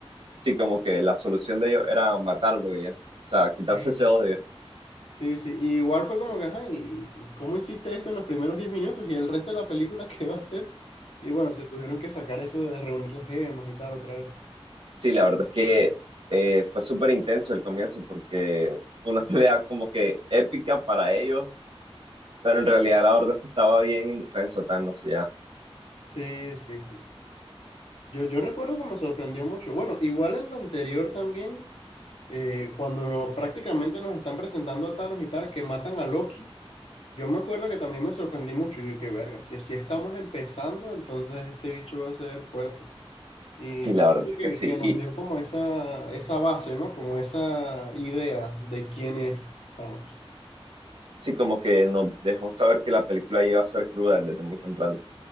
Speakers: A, on the right; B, on the left.
A: sí, como que la solución de ellos era matarlo y ya. O sea, quitarse
B: Sí.
A: ese odio.
B: Sí, sí. Y igual fue como que, ajá, ¿y y cómo hiciste esto en los primeros 10 minutos? Y el resto de la película, <laughs> ¿qué va a ser? Y bueno, se tuvieron que sacar eso de reunir las gemas y tal otra vez.
A: Sí, la verdad es que eh, fue súper intenso el comienzo porque fue una <laughs> pelea como que épica para ellos, pero en realidad la verdad es que estaba bien indefenso Thanos ya.
B: Sí, sí, sí. Yo, yo recuerdo que me sorprendió mucho. Bueno, igual en lo anterior también, eh, cuando no- prácticamente nos están presentando a Thanos y tal, que matan a Loki. Yo me acuerdo que también me sorprendí mucho. Yo dije, verga, si así estamos empezando, entonces este bicho va a ser fuerte. Y
A: Sí, la
B: siento
A: verdad es
B: que,
A: que sí.
B: que nos
A: Y
B: dio como esa, esa base, ¿no? Como esa idea de quiénes estamos.
A: sí, como que nos dejó saber que la película iba a ser cruda desde muy temprano.